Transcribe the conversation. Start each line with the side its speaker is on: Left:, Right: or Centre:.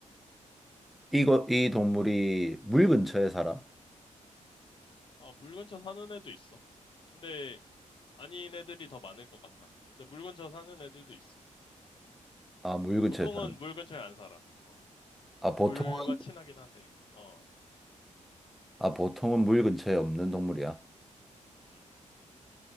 Centre: 이거 이 동물이 물 근처에 살아?
Left: 아, 물 근처 사는 애도 있어. 근데 아닌 애들이 더 많을 것 같아. 근데 물 근처 사는 애들도 있어.
Centre: 아, 물 근처에
Left: 보통은
Centre: 사는.
Left: 물 근처에 안 살아. 어,
Centre: 아, 보통은
Left: 물과 친하긴 한데, 어,
Centre: 아, 보통은 물 근처에 없는 동물이야.
Left: 음.